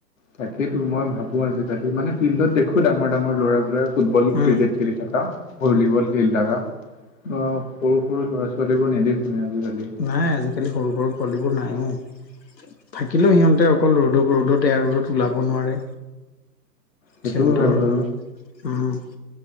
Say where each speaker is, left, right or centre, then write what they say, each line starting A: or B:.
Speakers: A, on the left (about 50°); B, on the left (about 80°).
A: তাকেইেতো মই ভাবো আজিকালি মানে ফিল্ডত দেখো ডাঙৰ ডাঙৰ ল'ৰাবৰে ফুটবল
B: উম,
A: ক্ৰিকেট খেলি থকা। ভলীবল খেল থাকা বা সৰু - সৰু ল'ৰা - ছোৱালীবোৰ নেদেখোৱে আজিকালি।
B: নাই আজিকালি সৰু সৰু পোৱালিবোৰ নাই অ, থাকিলেও সিহঁতে অকল ৰ'দত ৰ'দত তে ৰ'দত ওলাব নোৱাৰে,
A: সেইটোও
B: থিয়ন্তৰ
A: হয় বাৰু
B: উম,